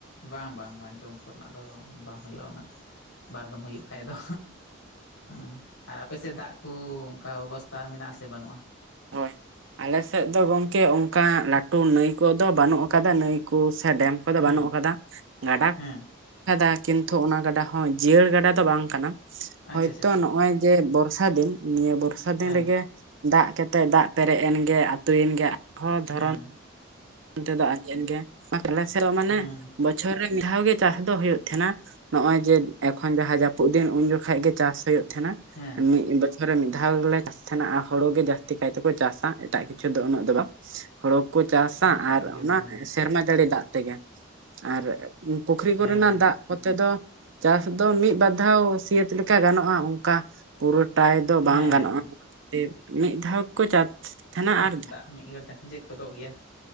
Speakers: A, on the left; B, on the right.
A: ᱵᱟᱝ ᱵᱟᱝ ᱵᱟᱝ ᱡᱚᱢ ᱠᱚᱨᱮᱱᱟᱜ ᱫᱚ ᱵᱟᱝ ᱦᱩᱭᱩᱜᱼᱟ ᱩᱱᱟᱹᱜ, ᱵᱟᱨ ᱫᱚᱢ ᱦᱩᱭᱩᱜ ᱠᱷᱟᱡ ᱫᱚ, ᱦᱩᱸ ᱟᱨ ᱟᱯᱮᱥᱮᱜ ᱫᱟᱜᱽ ᱠᱚ ᱚᱱᱠᱟ ᱵᱮᱵᱚᱥᱛᱟ ᱢᱮᱱᱟᱜ ᱟᱥᱮ ᱵᱟᱹᱱᱩᱜᱼᱟ?
B: ᱦᱳᱭ, ᱟᱞᱮᱥᱮᱜ ᱫᱚ ᱜᱚᱝᱠᱮ ᱚᱱᱠᱟ ᱞᱟᱹᱴᱩ ᱱᱟᱹᱭ ᱠᱚᱫᱚ ᱵᱟᱹᱱᱩᱜ ᱟᱠᱟᱫᱟ᱾ ᱱᱟᱹᱭ ᱠᱚ ᱥᱮ ᱰᱮᱢ ᱠᱚ ᱫᱚ
A: ᱦᱮᱸ
B: ᱵᱟᱹᱱᱩᱜ ᱟᱠᱟᱫᱟ, ᱜᱟᱰᱟ
A: ᱦᱮᱸ
B: <inaudible> ᱠᱟᱫᱟ ᱠᱤᱱᱛᱩ ᱚᱱᱟ ᱜᱟᱰᱟ ᱦᱚᱸ ᱡᱤᱭᱟᱹᱲ ᱜᱟᱰᱟ ᱫᱚ ᱵᱟᱝ ᱠᱟᱱᱟ᱾
A: ᱟᱪᱪᱷᱟ
B: ᱦᱳᱭᱛᱳ
A: ᱟᱪᱪᱷᱟ ᱟᱪᱪᱷᱟ
B: ᱱᱚᱜᱼᱚᱭ ᱡᱮ ᱵᱚᱨᱥᱟ ᱫᱤᱱ ᱱᱤᱭᱟᱹ ᱵᱚᱨᱥᱟ ᱫᱤᱱ
A: ᱦᱮᱸ
B: ᱨᱮᱜᱮ ᱫᱟᱜᱽ ᱠᱮᱫ ᱛᱮ ᱫᱟᱜᱽ ᱯᱮᱨᱮᱜ ᱮᱱ ᱜᱮᱭᱟ ᱟᱛᱩᱭᱮᱱ ᱜᱮᱭᱟ ᱟᱨᱦᱚᱸ ᱫᱷᱚᱨᱚᱱ
A: ᱦᱮᱸ
B: ᱚᱱᱛᱮ ᱫᱚ ᱟᱸᱡᱮᱱ ᱜᱮᱭᱟ, ᱟᱞᱮ ᱥᱮᱨᱚᱜ ᱢᱟᱱᱮ
A: ᱦᱮᱸ
B: ᱵᱚᱪᱷᱚᱨ ᱨᱮ ᱢᱤᱫ ᱫᱷᱟᱣ ᱜᱮ ᱪᱟᱥ ᱫᱚ ᱦᱩᱭᱩᱜ ᱛᱟᱦᱮᱸᱱᱟ᱾ ᱱᱚᱜᱼᱚᱭ ᱡᱮ ᱮᱠᱷᱚᱱ ᱡᱟᱦᱟᱸ ᱡᱟᱹᱯᱩᱫ ᱫᱤᱱ ᱩᱱ ᱡᱚᱠᱷᱟᱜ ᱜᱮ ᱪᱟᱥ ᱦᱩᱭᱩᱜ ᱛᱟᱦᱮᱸᱱᱟ᱾
A: ᱦᱮᱸ,
B: ᱢᱤᱫ ᱵᱚᱪᱷᱚᱨ ᱨᱮ ᱢᱤᱫ ᱫᱷᱟᱣ ᱜᱮᱞᱮ ᱪᱟᱥ ᱛᱟᱦᱮᱱᱟ᱾ᱟᱸ ᱦᱩᱲᱩ ᱜᱮ ᱡᱟᱹᱥᱛᱤ ᱠᱟᱭᱛᱮᱠᱚ ᱪᱟᱥᱟ ᱮᱴᱟᱜ ᱠᱤᱪᱷᱩ ᱫᱚ ᱩᱱᱟᱹᱜ ᱫᱚ ᱵᱟᱝ᱾ ᱦᱳᱲᱳ ᱠᱚ ᱪᱟᱥᱟ
A: ᱮᱴᱟᱜ
B: ᱟᱨ
A: ᱠᱤᱪᱷᱩ
B: ᱚᱱᱟ
A: ᱫᱚ ᱵᱟᱝ ᱟᱪᱪᱷᱟ
B: ᱥᱮᱨᱢᱟ
A: ᱟᱪᱪᱷᱟ
B: ᱡᱟᱹᱲᱤ ᱫᱟᱜᱽ ᱛᱮᱜᱮ᱾ ᱟᱨ ᱯᱩᱠᱷᱨᱤ
A: ᱦᱮᱸ
B: ᱠᱚᱨᱮᱱᱟᱜ
A: ᱦᱮᱸ
B: ᱫᱟᱜᱽ, ᱠᱚᱛᱮ ᱫᱚ ᱪᱟᱥ ᱫᱚ ᱢᱤᱫ ᱵᱟᱨ ᱫᱷᱟᱣ ᱥᱤᱭᱟᱹᱛ ᱞᱮᱠᱟ ᱜᱟᱱᱚᱜᱼᱟ ᱚᱱᱠᱟ, ᱯᱩᱨᱟᱹ ᱴᱟᱭ ᱫᱚ ᱵᱟᱝ
A: ᱦᱮᱸ
B: ᱜᱟᱱᱚᱜᱼᱟ
A: ᱦᱮᱸ
B: ᱚᱱᱟ ᱠᱷᱟᱹᱛᱤᱨ ᱢᱤᱫ ᱫᱷᱟᱣ ᱜᱮᱠᱚ ᱪᱟᱥ ᱛᱟᱦᱮᱱᱟ᱾ᱟᱨ
A: ᱢᱤᱫᱜᱷᱟᱹᱲᱤ ᱛᱮ ᱦᱟᱸᱡᱮᱫ ᱠᱚᱫᱚᱜ ᱜᱮᱭᱟ